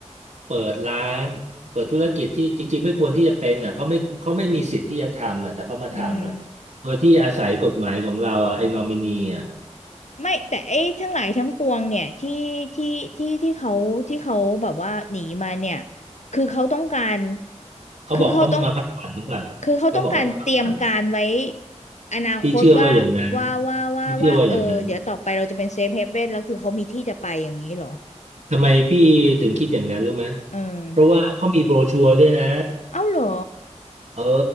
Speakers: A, on the right (about 70°); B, on the left (about 70°).
A: เปิดร้านเปิดธุรกิจที่จริงๆไม่ควรที่จะเป็นอ่ะเขาไม่เขาไม่มีสิทธิ์ที่จะทำอ่ะแต่เขามาทำอ่ะโดยที่อาศัยกฎหมายของเราอ่ะไอ้นอมินีอ่ะ
B: อืม ไม่แต่ไอ้ทั้งหลายทั้งปวงเนี่ยที่ที่ที่ที่เขาที่เขาแบบว่าหนีมาเนี่ยคือเขาต้องการ
A: เขาบอกเขามาพักผ่อนรือป่
B: คือเขาต้องคือเขาต้องการเตรียมการไว้
A: เขาบอกเขามาพักผ่อน
B: อนาคตว่าว่าว่าว่าว่าเออเดี๋ยวต่อไปเราจะเป็นเซฟเฮเว่นแล้วคือเขามีที่จะไปอย่างนี้เหรอ
A: พี่เชื่อว่าอย่างนั้นพี่เชื่อว่าอย่างนั้นทำไมพี่ถึงคิดอย่างนั้นรู้ไหม
B: อืม
A: เพราะว่าเขามีโบรชัวร์ด้วยนะ
B: เอ้าเหรอ
A: เออ